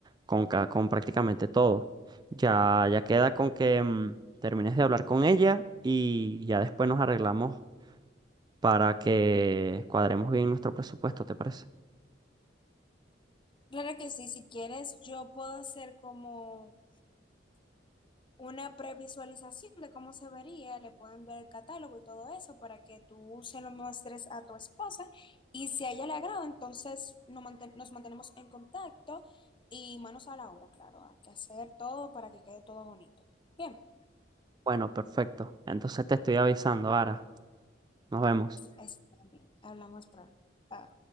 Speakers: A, on the right (about 25°); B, on the left (about 25°).
A: con, ca- con prácticamente todo. Ya, ya queda con que mm, termines de hablar con ella y ya después nos arreglamos para que cuadremos bien nuestro presupuesto, ¿te parece?
B: Claro que sí, si quieres, yo puedo hacer como una previsualización de cómo se vería, le puedo enviar el catálogo y todo eso para que tú se lo muestres a tu esposa y si a ella le agrada, entonces nos, manten- nos mantenemos en contacto y manos a la obra, claro, hay que hacer todo para que quede todo bonito. Bien,
A: Bueno, perfecto. Entonces te estoy avisando, Ara. Nos vemos.
B: está bien, hablamos pronto. Bye.